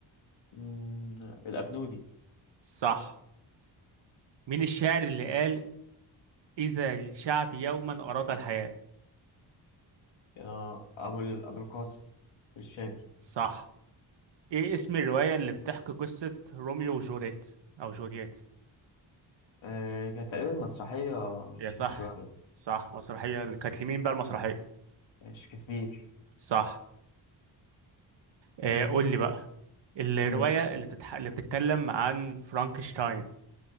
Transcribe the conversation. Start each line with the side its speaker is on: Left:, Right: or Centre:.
Left: مم، الأبنودي
Right: صح مين الشاعر اللي قال إذا الشعب يوما أراد الحياة
Left: آه، أبو ال- أبو القاسم الشابي
Right: صح ايه اسم الرواية اللي بتحكي قصة روميو وجوليت أو جولييت
Left: آه، كانت تقريبا مسرحية مش
Right: يا صح
Left: مش رواية
Right: صح مسرحية اللي كانت لمين بقى المسرحية
Left: آه، شكسبير
Right: صح آه قول لي بقى الرواية
Left: مم.
Right: اللي, بتتح... اللي بتتكلم عن فرانكشتاين